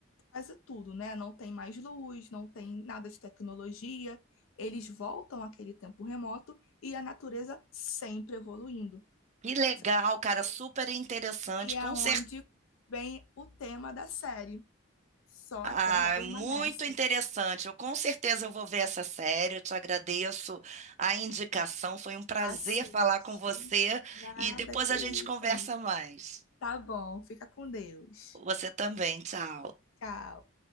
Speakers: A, on the left; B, on the right.
A: quase tudo, né? Não tem mais luz, não tem nada de tecnologia, eles voltam àquele tempo remoto e a natureza sempre evoluindo.
B: que legal,
A: Você tá entendendo?
B: cara, super interessante,
A: E é
B: com
A: onde
B: certeza.
A: vem o tema da série. Só
B: Ah,
A: a Terra permanece.
B: muito interessante. Eu com certeza eu vou ver essa série. Eu te agradeço a indicação. Foi um prazer
A: Assiste.
B: falar com você
A: Nada
B: e depois
A: que
B: a
A: isso,
B: gente conversa
A: amiga.
B: mais.
A: Tá bom, fica com Deus.
B: Você também, tchau.
A: Tchau.